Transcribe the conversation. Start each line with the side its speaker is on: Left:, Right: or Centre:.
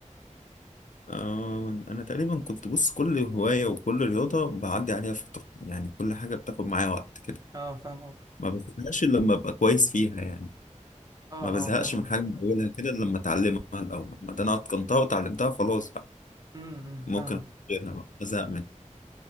Left: آه، أنا تقريبا كنت بص كل هواية وكل رياضة بعدي عليها فترة يعني كل حاجة بتاخد معايا وقت كده
Right: اه فاهم قصدك
Left: ما بزهقش إلا لما أبقى كويس فيها يعني
Right: اه
Left: ما بزهقش
Right: اه فاهم
Left: من حاجة
Right: قصدك
Left: من أولها كده إلا لما أتعلمها الأول ما ده أنا أتقنتها وتعلمتها خلاص بقى
Right: امم أمم،
Left: ممكن
Right: فاهمك
Left: غيرها بقى أزهق منها